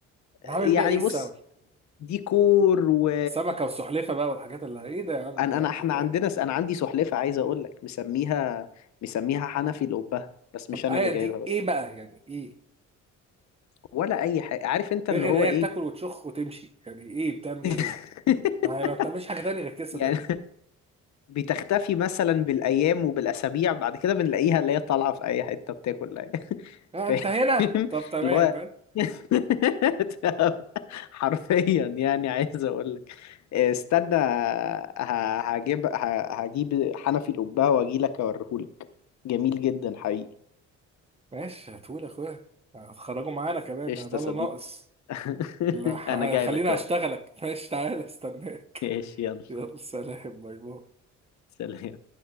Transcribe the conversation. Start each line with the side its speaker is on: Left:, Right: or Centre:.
Right: انا
Left: يعني
Right: هعمل بيها ايه السمكه
Left: بص ديكور و
Right: سمكه وسحلفه بقى والحاجات اللي ايه ده يا عم
Left: انا
Right: لا
Left: انا احنا
Right: دي خيال.
Left: عندنا انا عندي سلحفاه عايز اقول لك مسميها مسميها حنفي لقبها بس
Right: طب
Left: مش انا
Right: هي
Left: اللي جايبها
Right: دي
Left: بس
Right: ايه بقى يعني ايه
Left: ولا اي حاجه عارف انت
Right: ده
Left: اللي
Right: غير
Left: هو
Right: ان
Left: ايه
Right: هي بتاكل وتشخ وتمشي يعني ايه بتعمل
Left: <laughs>
Right: ايه هي ما هي ما بتعملش حاجه تانية غير كده صدق
Left: يعني بتختفي مثلا بالايام وبالاسابيع بعد كده بنلاقيها اللي هي طالعه في اي حته بتاكل <laughs>
Right: اه
Left: فاهم
Right: انت هنا طب تمام
Left: اللي هو
Right: بقى
Left: <laughs> حرفيا يعني عايز اقول لك استنى ه- هجيب ه- هجيب حنفي القبه واجي لك اوريهولك جميل جدا حقيقي
Right: ماشي هتقول يا اخويا هتخرجوا معانا كمان
Left: قشطة
Right: ده
Left: يا
Right: اللي
Left: صديقي
Right: ناقص
Left: <laughs>
Right: لا
Left: انا جاي
Right: <laughs> خليني
Left: لك اهو
Right: اشتغلك ماشي تعالى استناك
Left: ايش
Right: <laughs>
Left: يلا
Right: يلا سلام باي باي
Left: سلام